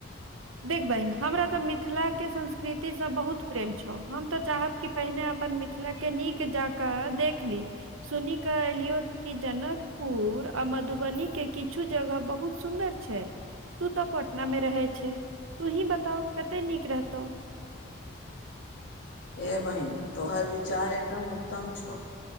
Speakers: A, on the right; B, on the left.
A: देख बहिन हमरा तऽ मिथिला के संस्कृतिसँ बहुत प्रेम छौ हम तऽ चाहब कि पहिने अपन मिथिलाके नीक जाकऽ देख लि सुन क एलियो क जनकपुर आ मधुबनी के किछु जगह बहुत सुन्दर छै तू त पटना मे रहे छै तू ही बताउ कते नीक रहतौ
B: हे बहिन तोहर विचार एकदम उत्तम छौ।